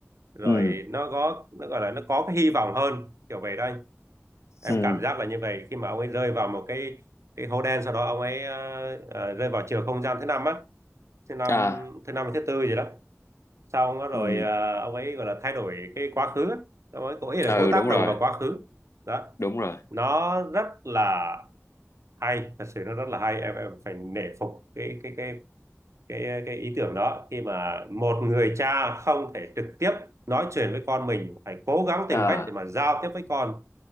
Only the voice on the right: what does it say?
rồi
nó có nó gọi là nó có cái hy vọng hơn kiểu vậy đó anh em
cảm giác là như vậy khi mà ông ấy rơi vào một cái cái hố đen sau đó ông ấy ờ, ờ, rơi vào chiều không gian thứ năm á thứ năm
thứ năm hay thứ tư gì đó xong đó rồi
ờ, ông ấy gọi là thay đổi cái quá khứ á. ông ấy cố ý là
cố tác
động vào quá khứ đó
nó rất là hay thật sự nó rất là hay em em phải nể phục cái cái cái cái cái ý tưởng đó khi mà một người cha không thể trực tiếp nói chuyện với con mình phải cố gắng tìm
cách để mà giao tiếp với con